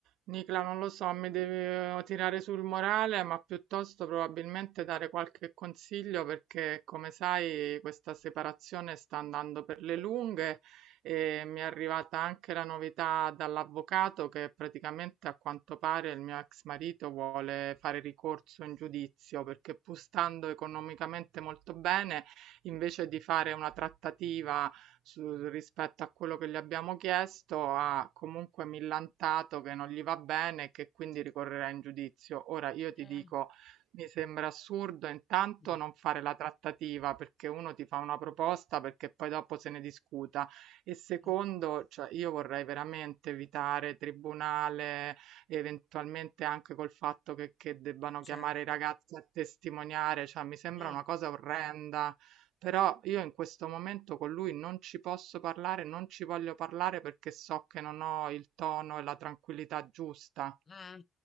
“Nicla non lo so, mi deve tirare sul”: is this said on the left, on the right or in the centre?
Right